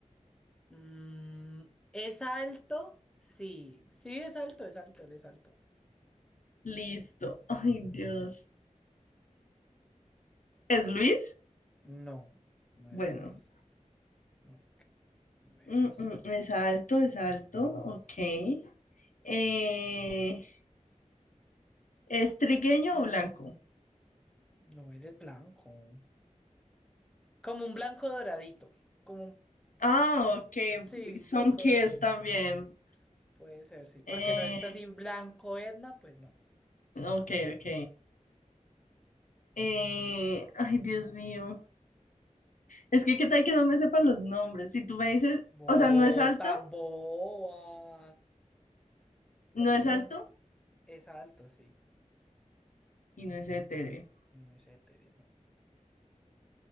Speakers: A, in the centre; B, on the left.
A: Mm, ¿es alto? Sí, sí, es alto, es alto, él es alto.
B: Listo. Ay, Dios. ¿Es Luis?
A: No, no
B: Bueno,
A: es Luis. No, no es
B: Mm,
A: Luis.
B: mm, es alto, es alto. Ok. Eh, ¿es trigueño o blanco?
A: No, él es blanco. Como un blanco doradito. Como un,
B: Ah, ok.
A: sí, un
B: Son
A: blanco
B: kids
A: doradito.
B: también.
A: Puede ser, sí. Porque
B: Eh,
A: no es así blanco Edna, pues no.
B: ok, ok. Eh, ay, Dios mío. Es que, ¿qué tal que no me sepan los nombres? Si tú me dices,
A: Voy
B: o sea, no es alto,
A: tan boba. Como
B: no es
A: no?
B: alto
A: Es alto, sí.
B: y no es hetero.
A: No es hétero, no.